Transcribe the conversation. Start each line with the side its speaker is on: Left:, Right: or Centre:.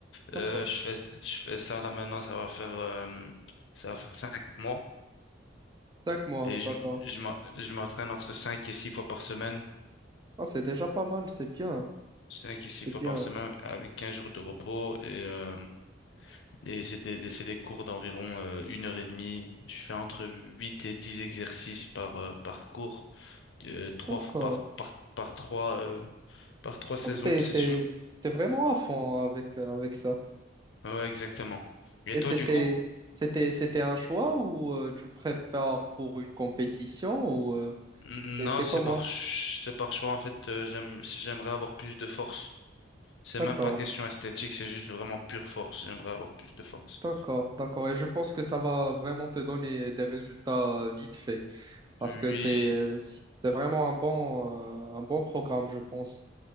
Left: Euh,
Right: D'accord.
Left: je fais, je fais ça là maintenant, ça va faire, euh, ça va faire cinq mois.
Right: Cinq mois,
Left: Et
Right: d'accord.
Left: je, je m'en- je m'entraîne entre cinq et six fois par semaine.
Right: Ah, c'est déjà pas mal, c'est bien,
Left: Cinq et six
Right: c'est
Left: fois
Right: bien.
Left: par semaine avec 15 jours de repos. Et, euh, et c'est des, des- c'est des cours d'environ euh, une heure et demie. Je fais entre 8 et 10 exercices par, euh, par cours. euh, trois
Right: D'accord.
Left: f- par, par, par trois, euh, par trois saisons,
Right: Donc, t'es,
Left: sessions.
Right: t'es, t'es vraiment à fond avec, euh, avec ça.
Left: Ouais, exactement. Et
Right: Et
Left: toi,
Right: c'était,
Left: du coup?
Right: c'était, c'était un choix ou euh, tu prépares pour une compétition ou euh,
Left: Non,
Right: et c'est
Left: c'est
Right: comment?
Left: par, ch- c'est par choix. En fait, euh, j'aime, j'aimerais avoir plus de force. C'est
Right: D'accord,
Left: même pas question esthétique, c'est juste vraiment pure force. J'aimerais avoir plus de force.
Right: d'accord, d'accord. Et je pense que ça va vraiment te donner des résultats vite fait. parce
Left: Oui.
Right: que c'est euh, c'est vraiment un bon, euh, un bon programme, je pense.